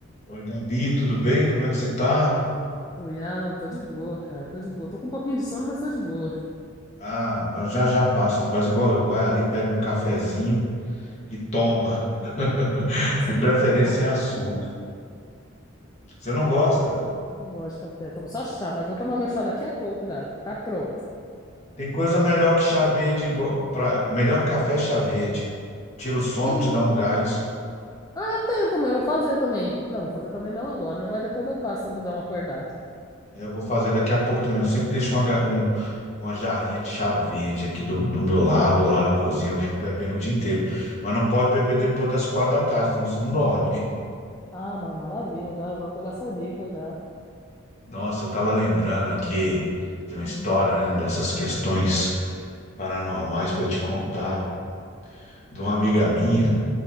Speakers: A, on the left; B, on the left.
A: Oi, Gabi, tudo bem? Como é que você tá?
B: Oi, Alan, tô de boa, cara, tô de boa. Tô com um pouquinho de sono, mas tô de boa.
A: Ah, já já passa, faz igual eu. Vai ali, pega um cafezinho e toma. <laughs>
B: Ah, você
A: De
B: acredita
A: preferência
B: que eu não gosto
A: sem açúcar.
B: de café?
A: Você não gosta?
B: Pior que eu Não gosto de café. Tomo só chá, mas vou tomar meu chá daqui a pouco já. Tá pronto.
A: Tem coisa melhor que chá verde, igual pra, melhor que café é chá verde. Tira o sono,
B: E...
A: te dá um gás.
B: Ah, eu tenho também, eu vou fazer também. Não, vou fazer também não agora, né? Mas depois eu faço, ainda dar uma acordada.
A: É, Eu vou fazer daqui a pouco também. Eu sempre deixo uma, ga- um- uma jarrinha de chá verde aqui do, do meu lado, ou lá na cozinha. Eu fico bebendo o dia inteiro. Mas não pode beber depois das quatro da tarde, senão você não dorme.
B: Ah, não, maravilha, já vou pegar essa dica já.
A: Nossa, eu estava lembrando aqui de uma história,
B: Uhum.
A: né, dessas questões paranormais para te contar, de uma amiga minha.